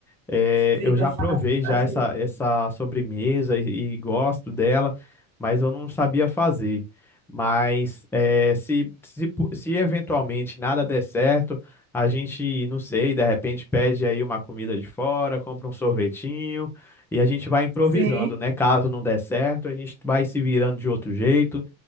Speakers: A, in the centre; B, on the right.
A: eh,
B: Fica
A: eu já
B: fácil
A: provei já
B: fazer.
A: essa, essa sobremesa e, e gosto dela, mas eu não sabia fazer. Mas eh, se, se, po- se eventualmente nada der certo, a gente, não sei, de repente pede aí uma comida de fora, compra um sorvetinho e a gente vai improvisando,
B: Sim,
A: né? Caso não der certo, a gente vai se virando de outro jeito.